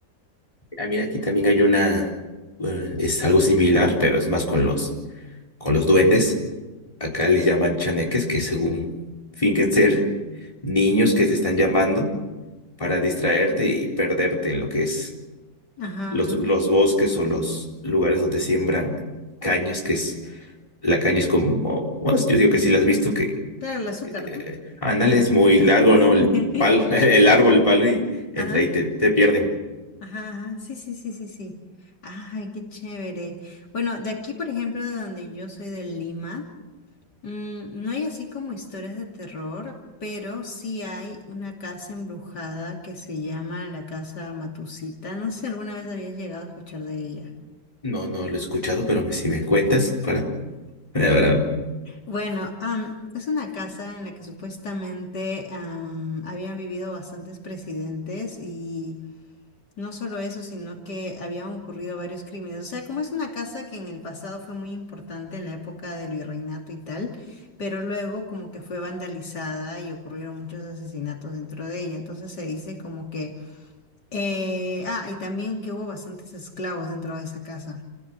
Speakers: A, on the left; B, on the left.
A: Ah, mira, aquí también hay una, eh, es algo similar, pero es más con los, con los duendes. Acá les llaman chaneques, que según fingen ser niños que te están llamando para distraerte y perderte en lo que es
B: Ajá,
A: los,
B: ajá.
A: los bosques o los lugares donde siembran cañas, que es, la caña es como, bueno, yo digo que sí la has visto, que
B: Claro, el azúcar,
A: eh,
B: ¿no?
A: ándale, es muy largo,
B: <laughs>
A: ¿no? El palo, <laughs> el árbol, el palo y entra
B: Ajá.
A: y te, te pierden.
B: Ajá, ajá, sí, sí, sí, sí, sí. Ay, qué chévere. Bueno, de aquí, por ejemplo, de donde yo soy de Lima, mm, no hay así como historias de terror, pero sí hay una casa embrujada que se llama la Casa Matusita. No sé si alguna vez habías llegado a escuchar de ella.
A: No, no lo he escuchado, pero me, si me cuentas, para, la verdad.
B: Bueno, am, es una casa en la que supuestamente am, habían vivido bastantes presidentes y No solo eso, sino que habían ocurrido varios crímenes. O sea, como es una casa que en el pasado fue muy importante en la época del virreinato y tal, pero luego como que fue vandalizada y ocurrieron muchos asesinatos dentro de ella. Entonces se dice como que... eh, ah, y también que hubo bastantes esclavos dentro de esa casa.